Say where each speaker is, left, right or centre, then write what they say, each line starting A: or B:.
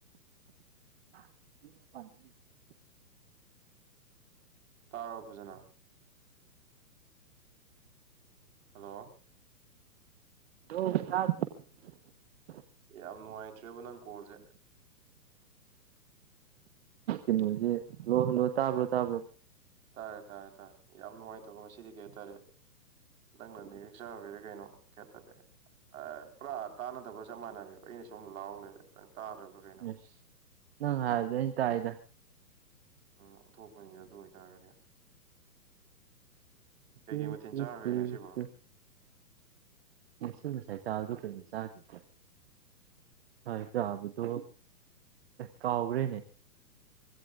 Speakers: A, on the right (about 40°); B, on the right (about 55°).
A: <inaudible>
B: ꯇꯥꯔꯕꯣ ꯐꯖꯅꯥ ꯍꯜꯂꯣ
A: ꯍ ꯊ <unintelligible>
B: ꯌꯥꯝ ꯅꯨꯡꯉꯥꯏꯇ꯭ꯔꯦꯕꯣ ꯅꯪ ꯀꯣꯜꯁꯦ
A: ꯦ ꯂꯣꯍ ꯂꯣ ꯇꯥꯕ ꯂꯣ ꯇꯥꯕ ꯂꯣ <unintelligible>
B: ꯇꯥꯔꯦ ꯇꯥꯔꯦ ꯇꯥꯔꯦ ꯌꯥꯝ ꯅꯨꯡꯉꯥꯏꯇꯕ ꯉꯁꯤꯗꯤ ꯀꯩ ꯍꯥꯏꯇꯥꯔꯦ ꯅꯪꯅ ꯅ ꯍꯦꯛꯆꯕꯤꯔꯦ ꯀꯩꯅꯣ ꯀꯩ ꯍꯥꯏꯇꯥꯔꯦ ꯄꯨꯔꯥ ꯇꯥꯟꯅꯗꯕ ꯆꯞ ꯃꯥꯟꯅꯔꯦꯕ ꯑꯩꯅ ꯁꯨꯝ ꯂꯥꯎ ꯂꯩꯔꯦ ꯅꯪ ꯇꯥꯗ꯭ꯔꯕ ꯀꯩꯅꯣ
A: ꯏꯁꯁ ꯅꯪ ꯍꯥꯏꯕꯗ ꯑꯩꯅ ꯇꯥꯏꯗ
B: ꯎꯝ ꯑꯣꯟꯊꯣꯛꯄꯅꯤꯗ ꯑꯗꯨ ꯑꯣꯏꯇꯥꯔꯒꯗꯤ ꯀꯩꯀꯩ
A: ꯎ
B: ꯃꯊꯦꯜ
A: ꯇ
B: ꯆꯥꯈ꯭ꯔꯒꯦ ꯉꯁꯤꯕꯣ
A: ꯇ <unintelligible> ꯌꯦꯁꯤ ꯉ ꯁꯥꯏ ꯆꯥꯕꯗ ꯀꯩꯅꯣ ꯆꯥꯈꯤꯒꯦ ꯉꯁꯥꯏ ꯆꯥꯕꯗꯣ ꯑꯦ ꯀꯥꯎꯈ꯭ꯔꯦꯅꯦ